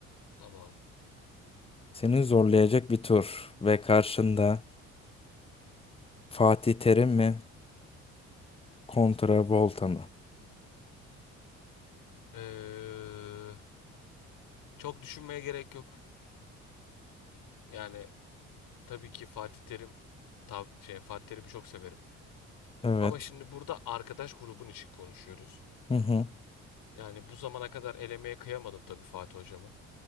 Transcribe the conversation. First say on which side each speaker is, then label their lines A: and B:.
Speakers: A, on the left (about 65°); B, on the left (about 15°).
A: Tamam.
B: Seni zorlayacak bir tur ve karşında Fatih Terim mi kontra Volta mı?
A: Ee, çok düşünmeye gerek yok. Yani tabii ki Fatih Terim, tab şey, Fatih Terim'i çok severim.
B: Evet.
A: Ama şimdi burada arkadaş grubun için konuşuyoruz.
B: Hı hı.
A: Yani bu zamana kadar elemeye kıyamadım tabii Fatih hocama.